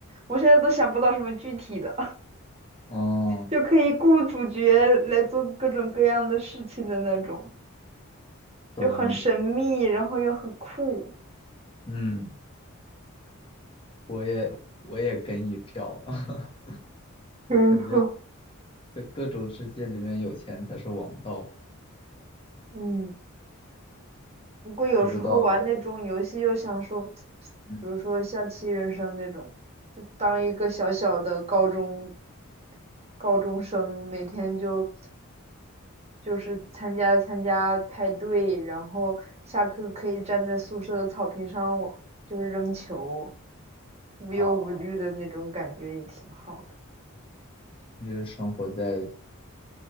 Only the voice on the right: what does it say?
我现在都想不到什么具体的。
就可以雇主角来做各种各样的事情的那种，
就很神秘，然后又很酷。
没错，
嗯，不过有时候玩那种游戏又想说，
比如说像《七人生》那种，就当一个小小的高中高中生，每天就就是参加参加派对，然后下课可以站在宿舍的草坪上，我就是扔球，无忧无虑的那种感觉也挺好。
的。